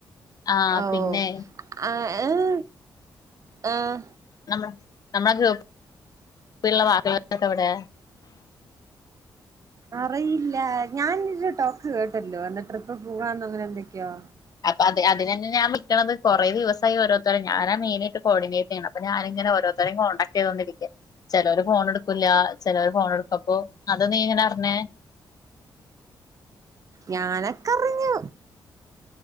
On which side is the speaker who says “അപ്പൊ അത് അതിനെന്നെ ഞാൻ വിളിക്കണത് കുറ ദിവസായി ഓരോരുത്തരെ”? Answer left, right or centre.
Left